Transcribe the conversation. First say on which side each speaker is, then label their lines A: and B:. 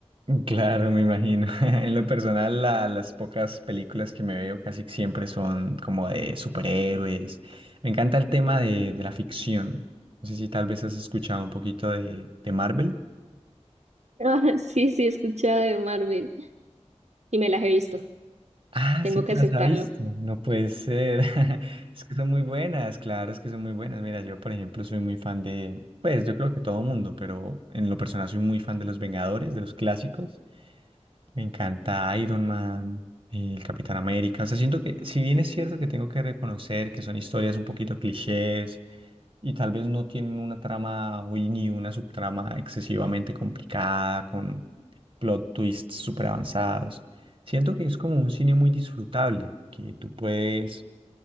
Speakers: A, on the right; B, on the right.
A: Claro, me imagino. <laughs> En lo personal, la- las pocas películas que me veo casi siempre son como de superhéroes. Me encanta el tema de, de la ficción. No sé si tal vez has escuchado un poquito de, de Marvel.
B: Ah, sí, sí, he escuchado de Marvel y me las he visto,
A: Ah,
B: tengo
A: sí te
B: que aceptarlo.
A: las has visto. No puede ser. <laughs> Es que son muy buenas, claro, es que son muy buenas. Mira, yo, por ejemplo, soy muy fan de, pues yo creo que todo mundo, pero en lo personal soy muy fan de los Vengadores, de los clásicos. Me encanta Iron Man, el Capitán América. O sea, siento que, si bien es cierto que tengo que reconocer que son historias un poquito clichés y tal vez no tienen una trama o ni una subtrama excesivamente complicada con plot twists súper avanzados, siento que es como un cine muy disfrutable, que tú puedes